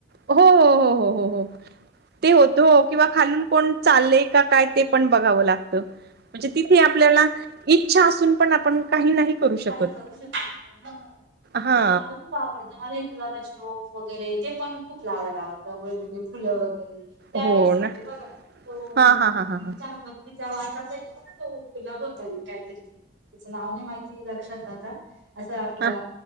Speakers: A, on the right; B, on the right.
A: हो हो हो हो, ते होत हो किंवा खालून कोण चालय काय ते पण बघाव लागत, म्हणजे तिथे आपल्याला, इ इच्छा असून पण आपण काही नाही करू शकत
B: काही करू शकत नाही ह,
A: हा
B: नाही तर मला खूप आवडतं मला गुलाबाची रोप वगैरे ते पण खूप लावायला आवडत वेगवेगळी फुलं वगैरे त्यावेेळेस
A: हो
B: होते
A: ना
B: बघा, तोन
A: हा हा हा
B: आपण
A: हा हा
B: चहा पत तिचा वासाचा एक आब गा तो गुलाब होता एक काहीतरी, तिचं नाव नाही माहित. ती लक्षात आता, असा आपला,
A: हा.